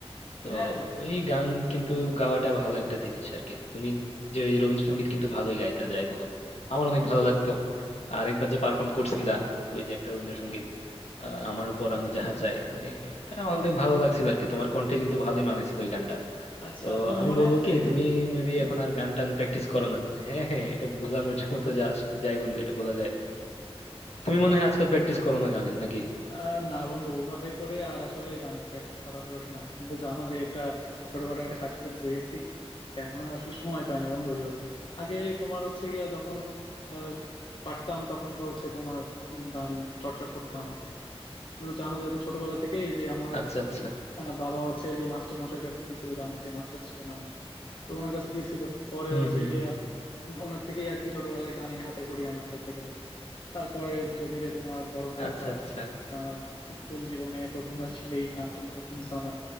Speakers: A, on the left; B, on the left.
A: তো
B: হ্যাঁ
A: ওই গান কিন্তু গাওয়াটা ভালো একটা জিনিস আর কি তুমি যে ওই রবীন্দ্রসঙ্গীত কিন্তু ভালোই গাইতা যাই বলো আমার অনেক ভালো লাগতো আর একবার যে পারফর্ম করছিলা ওই যে একটা রবীন্দ্রসঙ্গীত আহ, আমারও পরানো যাহা চাই মানে এটা অনেক ভালো লাগছিল আর কি তোমার কণ্ঠে কিন্তু ভালোই মানেছিল ওই গানটা
B: আচ্ছা
A: তো
B: তোমার
A: আমি
B: মনে
A: বলবো
B: আছে
A: কি তুমি মেবি এখন আর গান টান প্র্যাকটিস করো না হ্যাঁ হ্যাঁ এটা ভোলার মধ্যে মতো যা আসে- যাই বন্ধু এটা বলা যায় তুমি
B: <laughs>
A: মনে হয় আজকাল প্র্যাকটিস করো না গানের নাকি
B: আহ না বন্ধু ওভাবে করে আর আসলে গানের প্র্যাকটিস করা হয়ে ওঠে না কিন্তু জানো যে একটা ছোটখাটো একটা চাকরি পেয়েছি এখন আর আসলে সময় পাই না বন্ধু ওইভাবে আগে তোমার হচ্ছে গিয়া যখন আহ, পারতাম তখন তো হচ্ছে তোমার উম, গান চর্চা করতাম আর কি কিন্তু জানো যেহেতু ছোটবেলা থেকেই ওই যে আমার
A: আচ্ছা আচ্ছা
B: আহ, বাবা হচ্ছে ওই যে মাস্টার মশাইয়ের কাছে দিছিল গানের যে মাস্টার ছিলেন আমার তো ওনার কাছে দিছিল পরে
A: হুম
B: হচ্ছে
A: হুম
B: গিয়া
A: হুম
B: উম, ওনার থেকেই আর কি ছোটবেলায় গানে হাতে খড়ি আমার বলতে গেলে তারপরে ধীরে ধীরে তোমার বড় হয়ে
A: আচ্ছা
B: ওঠা
A: আচ্ছা
B: আহ, স্কুল জীবনে তো তোমরা ছিলেই গান টান তো শুনছো আমার